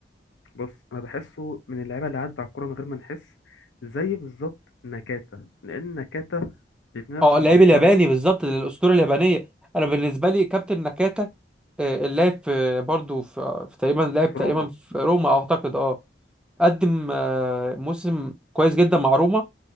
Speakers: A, on the left (about 80°); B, in the centre.
A: بص انا بحسه من اللعيبة اللي عدى على الكورة من غير ما نحس زي بالظبط نكاتا لان نكاتا الاتنين نفس
B: اه اللاعب
A: البروفايل
B: الياباني بالظبط الاسطوره اليابانيه انا بالنسبه لي كابتن ناكاتا آه، اللاعب في برضه في, في تقريبا لاعب
A: في
B: تقريبا
A: روما
B: في روما اعتقد اه قدم آه، موسم كويس جدا مع روما